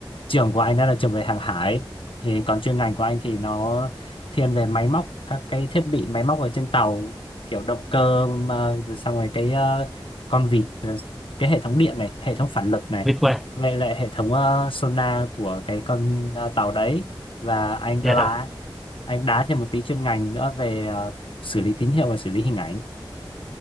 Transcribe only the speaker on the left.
trường của anh đó là trường về hàng hải thì còn chuyên ngành của anh thì nó thiên về máy móc các cái thiết bị máy móc ở trên tàu kiểu động cơ mà rồi xong rồi cái ờ, con vịt ờ, cái hệ thống điện này hệ thống phản lực này
vậy lại hệ thống ờ, sonar của cái con ờ, tàu đấy và anh
lá
anh đá thêm một tí chuyên ngành nữa về ờ, xử lý tín hiệu và xử lý hình ảnh